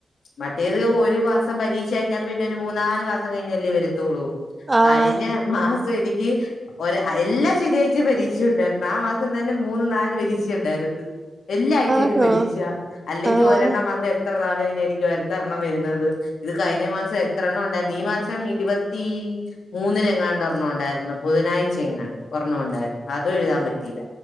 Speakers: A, on the left; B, on the right.
A: മറ്റേത് ഒരു മാസം പരീക്ഷ കഴിഞ്ഞാ പിന്നെ ഒരു മൂന്നാല് മാസം കഴിഞ്ഞല്ലേ വരത്തുള്ളൂ
B: ആഹ്
A: കഴിഞ്ഞ മാസം എനിക്ക് ഒര എല്ലാ ശനിയാഴ്ച പരീക്ഷ ഉണ്ടായിരുന്നു ആ മാസം തന്നെ മൂന്ന് നാല് പരീക്ഷ ഉണ്ടായിരുന്നു എല്ലാ ആഴ്ചയിലും
B: ആണോ
A: പരീക്ഷ അല്ലെങ്കിൽ
B: ആഹ്
A: ഒരെണ്ണം വന്ന് എത്ര നാള് കഴിഞ്ഞായിരിക്കും അടുത്തയൊരെണ്ണം വരുന്നത് ഇത് കഴിഞ്ഞ മാസം എത്ര എണ്ണം ഉണ്ടായിരുന്നു ഈ മാസം ഇരുപത്തി മൂന്നിനെങ്ങാണ്ട് ഒരെണ്ണോണ്ടായിരുന്നു ബുധനാഴ് ച്ചയെങ്കാണ്ട് ഒരെണ്ണം ഉണ്ടായിരുന്നു അതും എഴുതൻ പറ്റിയില്ല